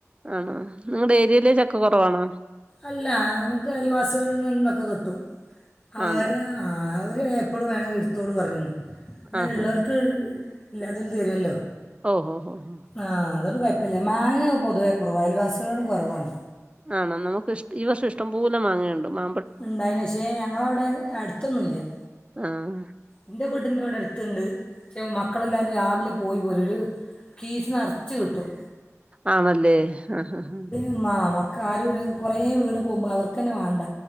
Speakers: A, on the right; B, on the left.
A: ആണോ നിങ്ങടെ ഏരിയയിലെ ചക്ക കുറവാണോ
B: അല്ല നമക്ക് അയലവാസികളന്നൊക്കെ കിട്ടും അവർ
A: ആണോ
B: ആഹ് അവര് എപ്പോളും വേണങ്കിൽ എടുത്തോട് പറഞ്ഞു അങ്ങനെയ
A: ആഹാ
B: ഉള്ളോൽ ഇല്ലാതോൽ തരുല്ലോ.
A: ഓഹോ ഓഹോ.
B: ആഹ് അതോണ്ട് കൊഴപ്പല്ല. മാങ്ങ പൊതുവെ കൊറവാ. അയൽവാസികളും കുറവാണ്.
A: ആണോ നമുക്ക് ഇഷ് ഈ വർഷം ഇഷ്ടം പോലെ മാങ്ങേണ്ട് മാ
B: ഉണ്ടായിന് പക്ഷേ ഞങ്ങളവിടെ അടുത്തൊന്നുല്ല്യാ.
A: ആഹ്.
B: എന്റെ വീടിന്റെ ഇവിടെടുത്തുണ്ട്. ചെ മക്കളെല്ലാവരും രാവിലെ പോയി പോലും ഒരു കീസ് നെറ്ച്ച് കിട്ടും.
A: ആണല്ലേ ആഹ് ആഹ്.
B: മ്മാ മക്ക ആരും ഇ <unintelligible> കുറേ വീണ് പോകുമ്പോൾ അവർക്കന്നെ വേണ്ട.